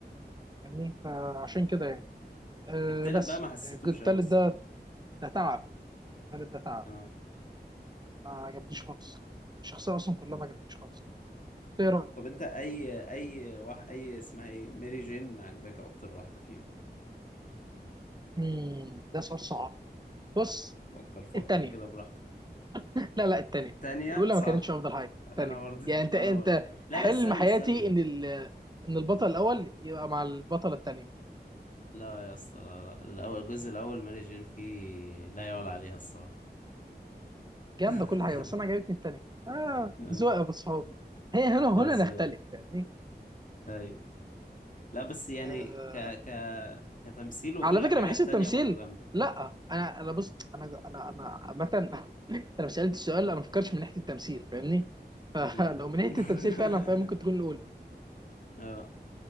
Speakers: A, on the right; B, on the left.
A: فاهمني فعشان كده يعني آه
B: التالت
A: بس
B: بقى ما حسيتوش
A: الجزء التالت
B: قوي الصراحة
A: ده ده تعب التالت ده تعب
B: اه
A: ما عجبنيش خالص الشخصية أصلا كلها ما عجبتنيش خالص إيه رأيك؟
B: طب انت اي اي واحد اي اسمها ايه ميري جين عجباك اكتر واحدة فيهم
A: مم، ده سؤال صعب بص
B: فكر فكر
A: التانية
B: كده براحتك
A: لا لا التانية
B: التانية
A: الأولى
B: صح
A: ما كانتش أفضل حاجة
B: انا
A: التانية
B: برضه <laughs>
A: يعني أنت
B: انا
A: أنت
B: برضه لا
A: حلم
B: لا استنى
A: حياتي
B: استنى
A: إن ال إن البطل الأول يبقى مع البطلة التانية
B: لا يا اسطى لا لا الأول الجزء الأول ماري جين فيه لا يعلى عليها الصراحة
A: جامدة
B: <laughs>
A: كل حاجة بس أنا عجبتني التانية آه
B: اه
A: ذوق يا أبو الصحاب هي هنا
B: آه،
A: هنا
B: ز-
A: نختلف فاهمني
B: أيوة لا بس يعني
A: آه
B: ك ك كتمثيل وكل
A: على فكرة
B: حاجة
A: من حيث
B: التانية
A: التمثيل
B: برضو جامدة
A: لا أنا أنا بص أنا أنا أنا عامة <laughs> أنا مش سألت السؤال أنا ما فكرتش من ناحية التمثيل فاهمني <laughs>
B: أمم.
A: فلو من ناحية
B: <laughs>
A: التمثيل فعلا فهي ممكن تكون الأولى
B: اه